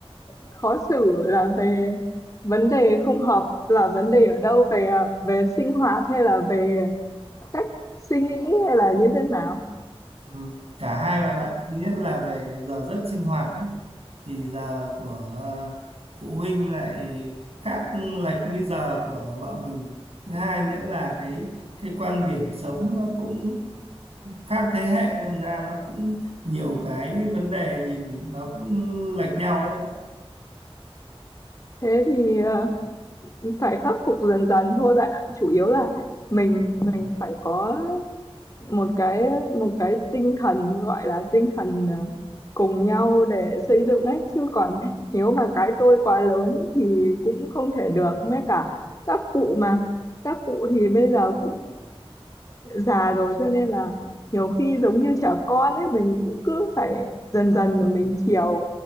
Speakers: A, on the left; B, on the right.
A: khó xử là về vấn đề không hợp là vấn đề ở đâu về à, về sinh hoạt hay là về cách suy nghĩ hay là như thế nào?
B: ừ, cả hai bạn ạ thứ nhất là về giờ giấc sinh hoạt ấy thì giờ của ờ, phụ huynh lại khác lệch với giờ của vợ mình thứ hai nữa là cái cái quan điểm sống nó cũng khác thế hệ đâm ra nó cũng nhiều cái vấn đề nhìn nó cũng lệch nhau đấy bạn
A: Thế thì ờ, phải khắc phục dần dần thôi bạn ạ. Chủ yếu là mình mình phải có một cái một cái tinh thần gọi là tinh thần ờ, cùng nhau để xây dựng ấy chứ còn nếu mà cái tôi quá lớn thì cũng không thể được mấy cả các cụ mà các cụ thì bây giờ cũng già rồi cho nên là nhiều khi giống như trẻ con ấy mình cũng cứ phải dần dần mà mình chiều